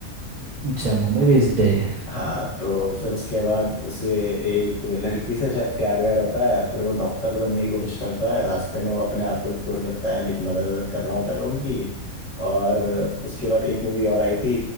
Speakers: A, on the right; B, on the left.
A: अच्छा मुंबई बेस्ड है ये।
B: हाँ तो फिर उसके बाद उसे एक लड़की से शायद प्यार व्यार होता है फिर वो डॉक्टर बनने की कोशिश करता है रास्ते में वो अपने आप को एक्सप्लोर करता है एक मदद वदद कर रहा होता है लोगों की और उसके बाद एक मूवी और आई थी